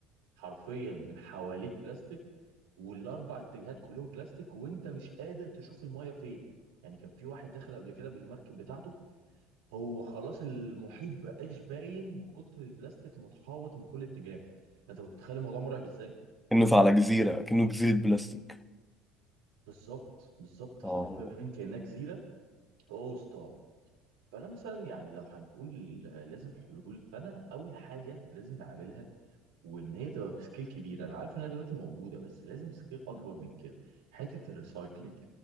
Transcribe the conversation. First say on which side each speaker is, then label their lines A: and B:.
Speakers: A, on the right; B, in the centre.
A: حرفيا من حواليك بلاستيك والاربع اتجاهات كلهم بلاستيك وانت مش قادر تشوف المايه فين يعني كان في واحد دخل قبل كده بالمركب بتاعته هو خلاص المحيط بقاش باين من كتر البلاستيك متحوط من كل اتجاه انت متخيل الموضوع مرعب ازاي
B: كأنه على جزيرة كأنه جزيرة بلاستيك
A: بالظبط بالظبط
B: أه
A: حرفيا كانك جزيره هو وسطها فانا مثلا يعني لو هنقول آه، لازم حلول فانا اول حاجه لازم نعملها وان هي تبقى بسكيل كبيره انا عارف انها دلوقتي موجوده بس لازم سكيل اكبر من كده حته الريسايكلينج